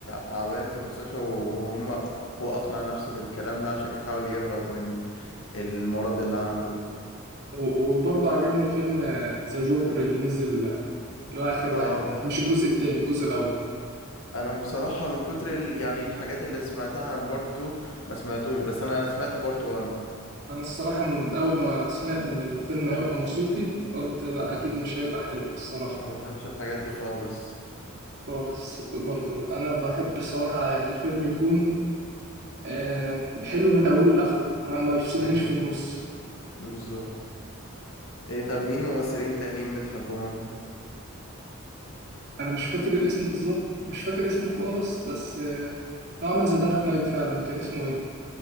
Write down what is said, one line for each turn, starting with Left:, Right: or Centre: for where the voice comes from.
Left: تعبان في المستشفى وهم هو اقنع نفسه بالكلام ده عشان يحاول يهرب من المرض اللي عنده
Right: و- وبرضه عجبني فيلم ذا جوكر اللي نزل اللي هو اخر
Left: اه
Right: واحد ده مش الجزء التاني الجزء الاول
Left: انا بصراحه من كتر ال... يعني الحاجات اللي سمعتها عن بارت 2 ما سمعتوش بس انا انا سمعت بارت 1
Right: انا الصراحه من اول ما سمعت ان الفيلم هيبقى موسيقي قلت لا
Left: اه
Right: اكيد مش هيبقى حلو الصراحه
Left: انا ما بحبش الحاجات دي خالص
Right: خالص برضه انا بحب الصراحه يعني الفيلم يكون آه، حلو من اوله لاخره ما ما يفصلنيش
Left: ايوه
Right: في النص
Left: بالظبط ايه طب مين ممثلين تانيين بتحبهم
Right: انا مش فاكر الاسم بالظبط مش فاكر اسمه خالص بس آه، هو عمل ذا دارك نايت فعلا كان اسمه ايه